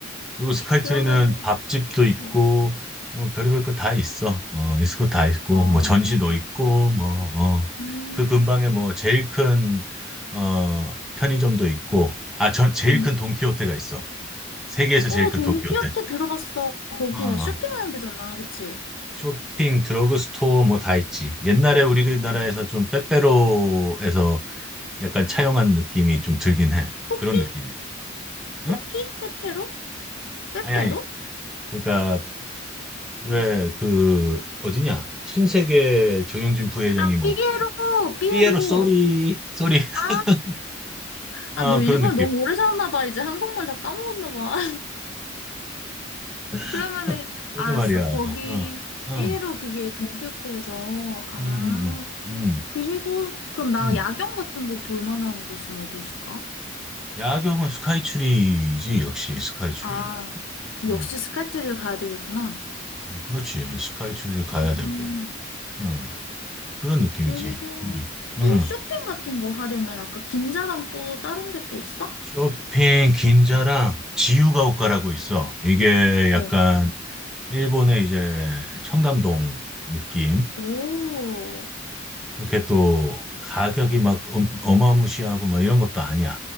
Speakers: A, in the centre; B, on the left (about 65°).
A: 그리고 스카이트리는
B: 그러면은,
A: 밥집도 있고
B: 어,
A: 뭐 별의별 거 다 있어. 어, 있을 거 다 있고
B: 어,
A: 뭐 전시도 있고 뭐 어.
B: 음,
A: 그 근방에 뭐 제일 큰 어, 편의점도 있고 아, 전 제일
B: 음.
A: 큰 돈키호테가 있어. 세계에서
B: 어,
A: 제일 큰
B: 돈키호테
A: 돈키호테.
B: 들어봤어. 거기
A: 어, 어.
B: 쇼핑하는 데잖아. 그치?
A: 쇼핑, 드러그스토어 뭐 다 있지. 옛날에 우리나라에서 좀 빼빼로에서 약간 차용한 느낌이 좀 들긴 해.
B: 포키?
A: 그런 느낌이야. 응?
B: 포키? 빼빼로? 빼빼로?
A: 아니, 아니. 그러니까 왜 그 어디냐? 신세계 정영진 부회장이
B: 아,
A: 뭐
B: 삐에로! 삐에로!
A: 삐에로 쏘리 쏘리
B: 아,
A: <laughs>
B: 아,
A: 아
B: 너 일본
A: 그런 느낌.
B: 너무 오래 살았나 봐. 이제 한국말 다 까먹었나 봐. 그러면은
A: <laughs> 그러게
B: 알았어.
A: 말이야.
B: 거기
A: 어, 음,
B: 피에로 그게 돈키호테에서 아
A: 음, 음, 음, 음.
B: 그리고 그럼 나
A: 음.
B: 야경 같은 거 볼 만한 곳은 어디 있을까?
A: 야경은 스카이트리지 역시 스카이트리.
B: 아 그럼
A: 응,
B: 역시 스카이트를 가야 되겠구나.
A: 어, 그렇지. 스카이트리를 가야
B: 음
A: 되고. 응. 그런 느낌이지.
B: 그리고
A: 응.
B: 또 쇼핑 같은 거 하려면 아까 긴자랑 또 다른 데 또 있어?
A: 쇼핑 긴자랑 지유가오카라고 있어. 이게
B: 어.
A: 약간 일본의 이제 청담동 느낌인데
B: 오.
A: 그렇게 또 가격이 막 엄- 어마무시하고 막 이런 것도 아니야.